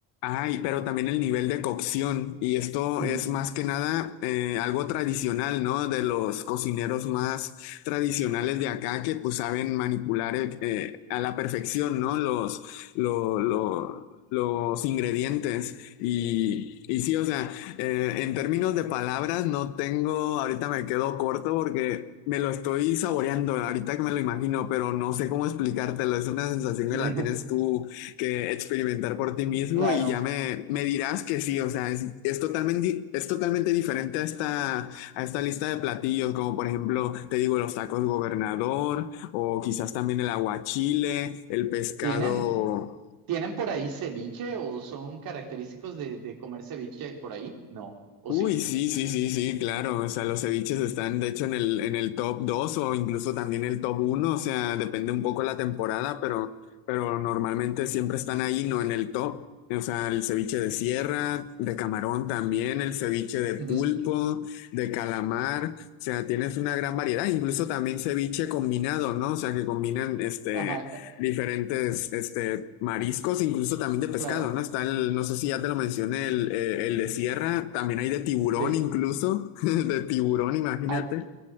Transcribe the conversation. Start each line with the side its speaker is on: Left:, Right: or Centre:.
Left: Ay, pero también el nivel de cocción. Y esto
Right: Ujú.
Left: es más que nada eh, algo tradicional, ¿no? De los cocineros más tradicionales de acá que pues saben manipular eh, eh, a la perfección, ¿no? Los, lo- lo- los ingredientes. Y, y sí, o sea, eh, en términos de palabras no tengo, ahorita me quedo corto porque me lo estoy saboreando, ahorita que me lo imagino, pero no sé cómo explicártelo. Es una sensación
Right: <laughs>
Left: que la tienes tú que experimentar por ti mismo
Right: Claro.
Left: y ya me, me dirás que sí, o sea, es, es, totalmente, es totalmente diferente a esta, a esta lista de platillos, como por ejemplo, te digo, los tacos gobernador o quizás también el aguachile, el pescado.
Right: ¿Tienen, tienen por ahí ceviche o son característicos de, de comer ceviche por ahí? No, o
Left: Uy,
Right: sí.
Left: sí, sí, sí, sí, claro. O sea, los ceviches están, de hecho, en el, en el top 2 o incluso también el top uno O sea, depende un poco la temporada, pero, pero normalmente siempre están ahí, no en el top. O sea, el ceviche de sierra, de camarón también, el ceviche de
Right: Ujú.
Left: pulpo, de calamar. O sea, tienes una gran variedad. Incluso también ceviche combinado, ¿no? O sea, que combinan, este,
Right: Ajá, eh,
Left: diferentes este, mariscos, incluso también de pescado,
Right: claro,
Left: ¿no? Está el, no sé si ya te lo mencioné, el, eh, el de sierra, también hay de tiburón
Right: sí.
Left: incluso, <laughs> de tiburón, imagínate.
Right: A-